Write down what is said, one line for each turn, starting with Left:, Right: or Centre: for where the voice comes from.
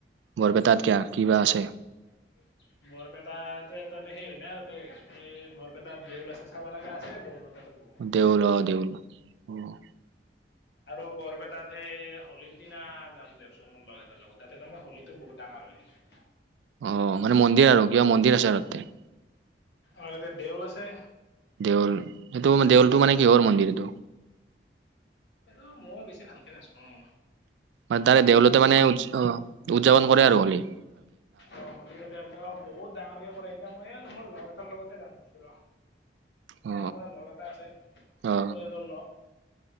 Right: বৰপেটাত কিয়া, কিবা আছে।
Left: <unintelligible> বৰপেটাত তাৰমানে সেই হয় ন আৰু তাতে এই বৰপেটাত দেউল আছে চাব লগা আছে বৰপেটা বহুত।
Right: দেউল অ' দেউল অ'
Left: আৰু বৰপেটাত সেই হোলীৰ দিনা যাম বুলি ভাবিছোঁ। মোৰ লগ এটাৰ লগত, তাতে তাৰে হোলীতো বহুত ডাঙৰ হয়।
Right: অ' মানে মন্দিৰ আৰু কিবা মন্দিৰ আছে আৰু তাতে।
Left: আৰু এততে দেউল আছে।
Right: দেউল এইটো দেউলটো মানে কিহৰ মন্দিৰ এইটো।
Left: এইটো মই বেছি ভালকে নাজানো ন।
Right: মানে তাৰে দেউলতে মানে উ উদযাপন কৰে আৰু হোলী।
Left: অ' হোলীতে অ' বহুত ডাঙৰকে কৰে এইটা মই এ মোৰ লগ এটাৰ লগতে যাম খুজছো ৰহ। মোৰ
Right: অ
Left: আগৰে লগ এটা আছে
Right: অ
Left: কলেজৰ লগ।